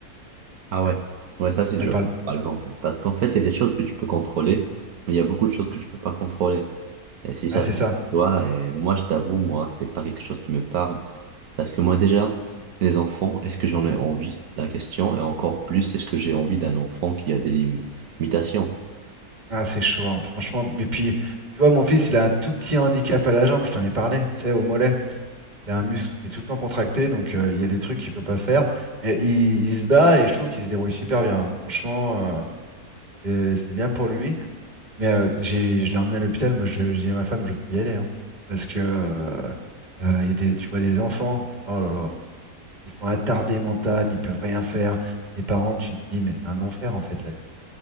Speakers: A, on the right; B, on the right.
A: Ah ouais, ouais, ça c'est dur,
B: Elle parle
A: par exemple. Parce qu'en fait, il y a des choses que tu peux contrôler, mais il y a beaucoup de choses que tu peux pas contrôler. Et si ça
B: Ouais, c'est
A: te
B: ça.
A: toi, et moi, je t'avoue, moi, c'est pas quelque chose qui me parle. Parce que moi, déjà, les enfants, est-ce que j'en ai envie? La question, et encore plus, est-ce que j'ai envie d'un enfant qui a des lim- limitations?
B: Ah, c'est chaud, hein, franchement. Mais puis, tu vois, mon fils, il a un tout petit handicap à la jambe, je t'en ai parlé, tu sais, au mollet. Il a un muscle qui est tout le temps contracté, donc euh, il y a des trucs qu'il peut pas faire. Mais il, il se bat et je trouve qu'il se débrouille super bien. hein. Franchement, euh, c'est c'est bien pour lui. Mais euh, j'ai, je l'ai emmené à l'hôpital, moi, je, je dis à ma femme, je peux y aller. hein. parce que euh, euh, il y a des, tu vois, des enfants, oh là là, ils sont attardés mental, ils peuvent rien faire. Les parents, tu te dis, mais c'est un enfer, en fait, la vie.